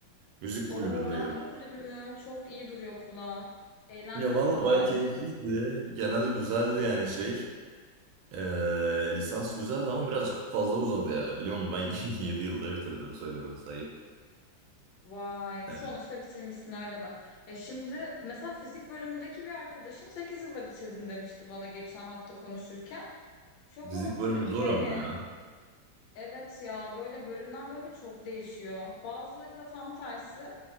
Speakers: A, on the right (about 80°); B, on the left (about 80°).
A: Müzik
B: Oo
A: kulübündeydim.
B: radyo kulübü mü? Çok iyi duruyor kulağa. Eğlendiniz
A: Ya vallahi
B: mi bari?
A: bayağı keyifliydi. Genel güzeldi yani şey. Ee, lisans güzeldi ama birazcık fazla uzadı ya. Biliyor musun ben <laughs> 7 yılda bitirdim söylemesi ayıp.
B: Vay, sonuçta
A: Ee,
B: bitirmişsin hala bak. E şimdi mesela fizik bölümündeki bir arkadaşım 8 yılda bitirdim demişti bana geçen hafta konuşurken. Şok
A: fizik
B: oldum
A: bölümü
B: dedim
A: zor
B: ki hani
A: ama ya.
B: evet ya böyle bölümden bölüme çok değişiyor. Bazıları da tam tersi